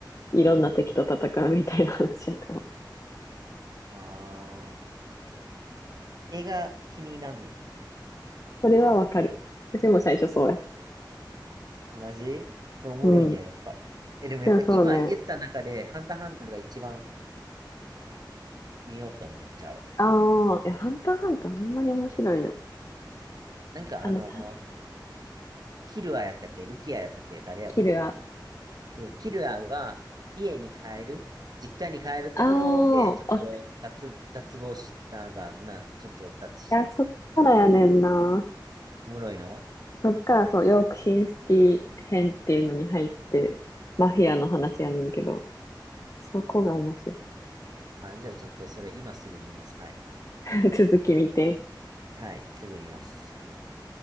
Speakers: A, on the left (about 40°); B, on the right (about 55°).
A: いろんな敵と戦うみたいな話やから。
B: ああ、映画気に入らんね
A: それはわかる。私も最初そうや。
B: ん。マジおもろいんや、
A: うん。
B: やっぱ。え、でもやっぱ今言った中で、
A: でもそうね。
B: ハンターハンターが一番見ようと思っちゃう。
A: ああ、いや、ハンターハンターほんまに面白いよ。
B: なんかあの、
A: あのさ、
B: キルアやったっけルキアやったっけ誰やったっけ
A: キルが。
B: そのキルアが家に帰る、実家に帰るところで、
A: ああ、
B: ちょっと脱、
A: おい
B: 脱帽したが、な、ちょっと脱した。
A: や、そっからやねんな。
B: おもろいの
A: そっからそう、ヨークシンシティ編っていうのに入って、マフィアの話やねんけど、そこが面白
B: あ、じゃあちょっとそれ今すぐ見ます。はい。
A: い。<laughs> 続き見て。
B: はい、すぐ見ます。